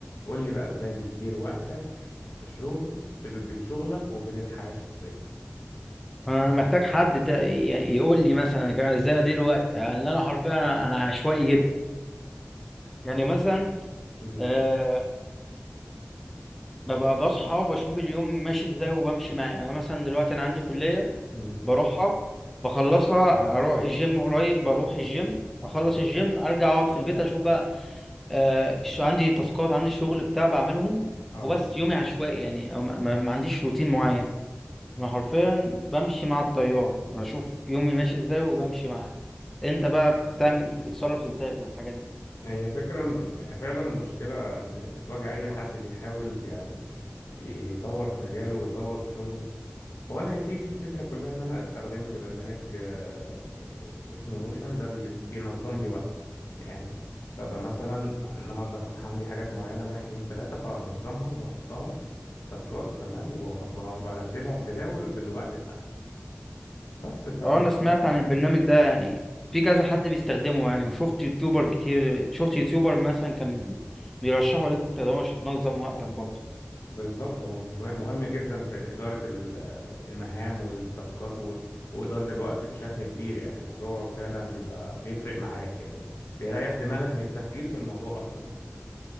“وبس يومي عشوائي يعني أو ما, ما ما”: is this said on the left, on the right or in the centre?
Centre